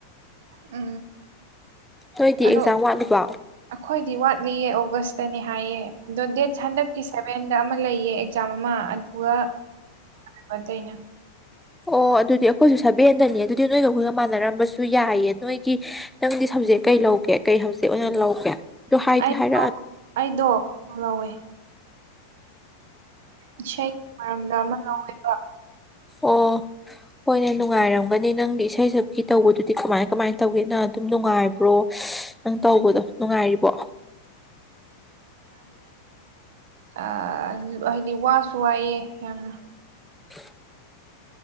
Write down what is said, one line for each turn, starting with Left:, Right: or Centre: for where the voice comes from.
Right: ꯑ
Centre: ꯅꯣꯏꯗꯤ
Right: ꯑꯗꯣ
Centre: ꯑꯦꯛꯖꯥꯝ ꯋꯥꯠꯂꯤꯕꯣ
Right: ꯑꯩꯈꯣꯏꯗꯤ ꯋꯥꯠꯂꯤꯌꯦ ꯑꯣꯒꯁꯇꯅꯤ ꯍꯥꯏꯌꯦ ꯑꯗꯣ ꯗꯦꯠ ꯍꯟꯗꯛꯀꯤ ꯁꯚꯦꯟꯗ ꯑꯃ ꯂꯩꯌꯦ ꯆꯥꯃ ꯑꯃ ꯑꯗꯨꯒ ꯇꯥꯗ ꯑꯩꯅ
Centre: ꯑꯣ ꯑꯗꯨꯗꯤ ꯑꯩꯈꯣꯏꯁꯨ ꯁꯚꯦꯟꯗꯅꯤ ꯑꯗꯨꯗꯤ ꯅꯣꯏꯒ ꯑꯩꯈꯣꯏꯒ ꯃꯥꯟꯅꯔꯝꯕꯁꯨ ꯌꯥꯏꯌꯦ ꯅꯣꯏꯒꯤ ꯅꯪꯗꯤ ꯁꯕꯖꯦꯛ ꯀꯩ ꯂꯧꯒꯦ ꯀꯩ ꯍꯧꯖꯤꯛ ꯑꯣꯏꯅ ꯂꯧꯒꯦ ꯗꯣ ꯍꯥꯏꯥꯏꯗꯤ
Right: ꯑꯩꯗꯣ
Centre: ꯍꯥꯏꯔ
Right: ꯑꯩꯗꯣ ꯀꯩꯅꯣ ꯂꯧꯋꯦ ꯏꯁꯩꯒꯤ ꯃꯔꯝꯗ ꯑꯃ ꯂꯧꯋꯦꯕ
Centre: ꯑꯣ ꯍꯣꯏꯅꯦ ꯅꯨꯡꯉꯥꯏꯔꯝꯒꯅꯤ ꯅꯪꯗꯤ ꯏꯁꯩ ꯁꯛꯀꯤ ꯇꯧꯕꯗꯨꯗꯤ ꯀꯃꯥꯏ ꯀꯃꯥꯏꯅ ꯇꯧꯒꯦꯅꯪ ꯑꯗꯨꯝ ꯅꯨꯡꯉꯥꯏꯕ꯭ꯔꯣ ꯅꯪ ꯇꯧꯕꯗꯣ ꯅꯨꯡꯉꯥꯏꯔꯤꯕꯣ
Right: ꯑ ꯍꯥꯏꯗꯤ ꯋꯥꯁꯨ ꯋꯥꯏꯑꯦ ꯌꯥꯝꯅ
Centre: <unintelligible>